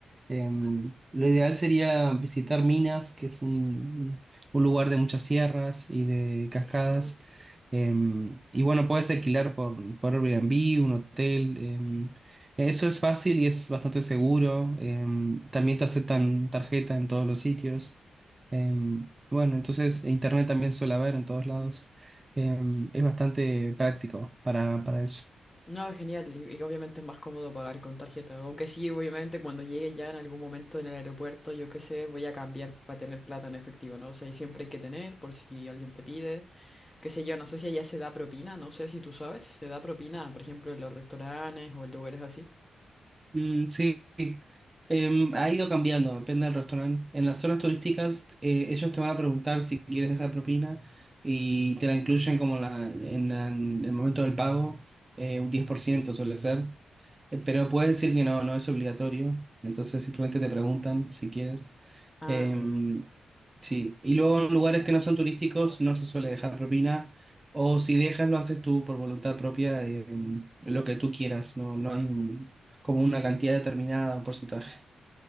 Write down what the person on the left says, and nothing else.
No, genial. Y, y obviamente es más cómodo pagar con tarjeta. Aunque sí, obviamente cuando llegue ya en algún momento en el aeropuerto, yo qué sé, voy a cambiar para tener plata en efectivo, ¿no? O sea, y siempre hay que tener por si alguien te pide, qué sé yo, no sé si allá se da propina, no sé si tú sabes, se da propina, por ejemplo, en los restaurantes o en lugares así.
Ah,